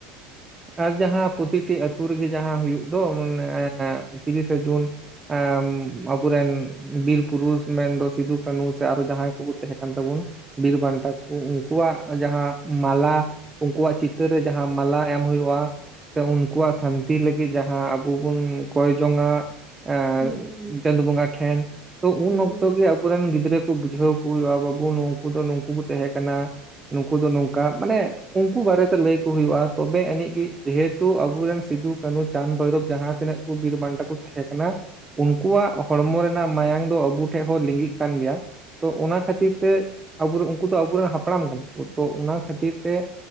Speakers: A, on the right; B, on the left.
A: ᱟᱨ ᱡᱟᱦᱟᱸ ᱯᱨᱚᱛᱤᱴᱤ ᱟᱹᱛᱳ ᱨᱮᱜᱮ ᱡᱟᱦᱟᱸ ᱦᱩᱭᱩᱜ ᱫᱚ ᱢᱚᱱᱮ ᱛᱤᱨᱤᱥᱮ ᱡᱩᱱ ᱮᱢ ᱟᱵᱚᱨᱮᱱ ᱵᱤᱨ ᱯᱩᱨᱩᱥ ᱢᱮᱱᱫᱚ ᱥᱤᱫᱩ ᱠᱟᱹᱱᱩ ᱥᱮ ᱟᱨᱚ ᱡᱟᱦᱟᱸᱭ ᱠᱚᱠᱚ ᱛᱟᱦᱮᱸ ᱠᱟᱱ ᱛᱟᱵᱚᱱ ᱵᱤᱨ ᱵᱟᱱᱴᱟ ᱠᱚ ᱩᱱᱠᱩᱣᱟᱜ ᱡᱟᱦᱟᱸ ᱢᱟᱞᱟ ᱩᱱᱠᱩᱣᱟᱜ ᱪᱤᱛᱟᱹᱨ ᱨᱮ ᱡᱟᱦᱟᱸ ᱢᱟᱞᱟ ᱮᱢ ᱦᱩᱭᱩᱜᱼᱟ ᱥᱮ ᱩᱱᱠᱩᱣᱟᱜ ᱥᱟᱹᱱᱛᱤ ᱞᱟᱹᱜᱤᱫ ᱡᱟᱦᱟᱸ ᱟᱵᱚ ᱵᱚᱱ ᱠᱚᱭ ᱡᱚᱝᱼᱟ ᱮᱸ
B: ᱦᱩᱸ
A: ᱪᱟᱸᱫᱚ ᱵᱚᱸᱜᱟ ᱴᱷᱮᱱ ᱛᱚ ᱩᱱ
B: ᱦᱮᱸ ᱦᱮᱸ ᱦᱮᱸ ᱦᱮᱸ ᱦᱮᱸ ᱦᱮᱸ ᱦᱮᱸ ᱦᱮᱸ
A: ᱚᱠᱛᱚ ᱜᱮ ᱟᱵᱚ ᱩᱱᱠᱩᱨᱮᱱ ᱜᱤᱫᱽᱨᱟᱹᱠᱩ ᱵᱩᱡᱷᱟᱹᱣᱠᱩ ᱦᱩᱭᱩᱜᱼᱟ ᱵᱟᱹᱵᱩ ᱱᱩᱝᱠᱩᱫᱚ ᱱᱩᱝᱠᱩᱠᱩ ᱛᱟᱦᱮᱸ ᱠᱟᱱᱟ ᱱᱩᱝᱠᱩ ᱫᱚ ᱱᱚᱝᱠᱟ ᱢᱟᱱᱮ ᱩᱱᱠᱩ ᱵᱟᱨᱮᱛᱮ ᱞᱟᱹᱭ ᱠᱚ ᱦᱩᱭᱩᱜᱼᱟ ᱛᱚᱵᱮ ᱟᱹᱱᱤᱡ ᱜᱮ ᱡᱮᱦᱮᱛᱩ ᱟᱵᱚᱨᱮᱱ ᱥᱤᱫᱩ-ᱠᱟᱹᱱᱩ, ᱪᱟᱸᱫᱽ- ᱵᱷᱳᱭᱨᱚᱵ ᱡᱟᱦᱟᱸ ᱛᱤᱱᱟᱹᱜ ᱠᱚ ᱵᱤᱨ ᱵᱟᱱᱴᱟ ᱠᱚ ᱛᱟᱦᱮᱸ ᱠᱟᱱᱟ ᱩᱱᱠᱩᱣᱟᱜ ᱦᱚᱲᱢᱚ ᱨᱮᱱ ᱱᱟᱜ ᱢᱟᱭᱟᱝ ᱫᱚ ᱟᱵᱚ ᱴᱷᱮᱡ ᱦᱚᱸ ᱞᱤᱜᱤᱜ ᱠᱟᱱ ᱜᱮᱭᱟ᱾ ᱛᱚ ᱚᱱᱟ ᱠᱷᱟᱹᱛᱤᱨ ᱛᱮ ᱟᱵᱚᱨᱮᱱ ᱩᱱᱠᱩ ᱫᱚ ᱟᱵᱚᱨᱮᱱ ᱦᱟᱯᱲᱟᱢ ᱠᱟᱱᱟ ᱠᱚ, ᱛᱚ ᱚᱱᱟ ᱠᱷᱟᱹᱛᱤᱨ ᱛᱮ